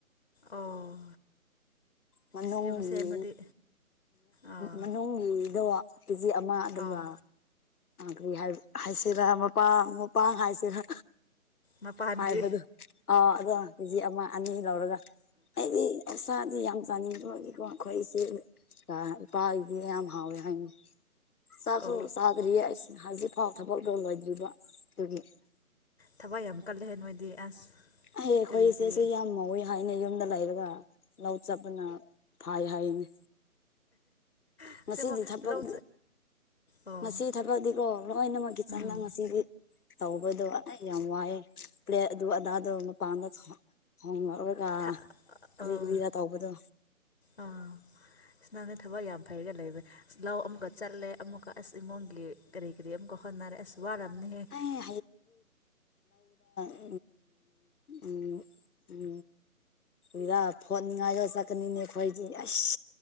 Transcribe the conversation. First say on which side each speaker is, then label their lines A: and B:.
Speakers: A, on the left (about 40°); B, on the left (about 80°).
A: ꯑꯣ
B: ꯃꯅꯨꯡꯒꯤ
A: ꯁꯤ ꯌꯨꯝ ꯁꯦꯝꯃꯗꯤ ꯑꯥ
B: ꯃꯅꯨꯡꯒꯤꯗ ꯀꯦꯖꯤ ꯑꯃ ꯑꯗꯨꯒ
A: ꯑꯥ
B: ꯔꯤ ꯍꯥꯏꯁꯤꯔꯥ ꯃꯄꯥꯡ ꯃꯄꯥꯡ ꯍꯥꯏꯁꯤꯔꯥ
A: ꯃꯄꯥꯟꯒꯤ
B: ꯍꯥꯏꯕꯗꯨ ꯑꯥ ꯑꯗꯣ ꯀꯦꯖꯤ ꯑꯃ ꯑꯅꯤ ꯂꯧꯔꯒ ꯑꯩꯗꯤ ꯄꯩꯁꯥꯗꯤ ꯌꯥꯝ ꯆꯥꯅꯤꯡꯀꯣ ꯑꯩꯈꯣꯏꯁꯦ ꯏꯄꯥ ꯑꯩꯁꯦ ꯌꯥꯝ ꯍꯥꯎꯋꯦ ꯍꯥꯏꯅꯤ ꯆꯥꯛꯁꯨ
A: ꯑꯣ
B: ꯆꯥꯗ꯭ꯔꯤꯌꯦ ꯑꯁ ꯍꯧꯖꯤꯛ ꯐꯥꯎ ꯊꯕꯛ ꯂꯧ ꯂꯣꯏꯗ꯭ꯔꯤꯕ ꯑꯗꯨꯒꯤ
A: ꯊꯋꯥꯏ ꯌꯥꯝ ꯀꯜꯂꯦꯍꯦ ꯅꯣꯏꯗꯤ ꯑꯁ
B: ꯍꯌꯦ ꯑꯩꯈꯣꯏꯁꯦꯁꯨ
A: ꯀꯔꯤ ꯀꯔꯤ
B: ꯌꯥꯝ ꯉꯧꯋꯦ ꯍꯥꯏꯅ ꯌꯨꯝꯗ ꯂꯩꯔꯒ ꯂꯧ ꯆꯠꯄꯅ ꯐꯥꯏ ꯍꯥꯏꯅꯤ
A: ꯑꯁꯤꯃ
B: ꯉꯁꯤꯗꯤ ꯊꯕꯛ
A: ꯂꯧ ꯑꯣ
B: ꯉꯁꯤ ꯊꯕꯛꯗꯤꯀꯣ ꯂꯣꯏꯅꯃꯛꯒꯤ ꯆꯪꯗ
A: ꯎꯝ
B: ꯉꯁꯤꯗꯤ ꯇꯧꯕꯗꯣ ꯑꯩ ꯌꯥꯝ ꯋꯥꯏ ꯄꯦ ꯑꯗꯨ ꯑꯗꯥꯗ ꯃꯄꯥꯟꯗ ꯍꯣꯡꯉꯔꯣꯏ ꯀ
A: ꯊꯥ
B: ꯀꯔꯤ
A: ꯑꯥ
B: ꯀꯔꯤꯗ ꯇꯧꯕꯗꯣ
A: ꯑꯥ ꯑꯁ ꯅꯪꯅ ꯊꯕꯛ ꯌꯥꯝ ꯐꯩꯔ ꯂꯩꯕ ꯂꯧ ꯑꯃꯨꯛꯀ ꯆꯠꯂꯦ ꯑꯃꯨꯛꯀ ꯑꯁ ꯏꯉꯨꯡꯒꯤ ꯀꯔꯤ ꯀꯔꯤ ꯑꯃ ꯀꯥꯎ ꯍꯣꯠꯅꯔꯦ ꯑꯁ ꯋꯥꯔꯝꯅꯍꯦ
B: ꯑꯩ ꯎ ꯎ ꯎ ꯏꯔꯥ ꯐꯣꯠꯅꯤꯡꯉꯥꯏꯗ ꯆꯠꯀꯅꯤꯅꯦ ꯈꯣꯏꯁꯤꯅꯦ ꯑꯁ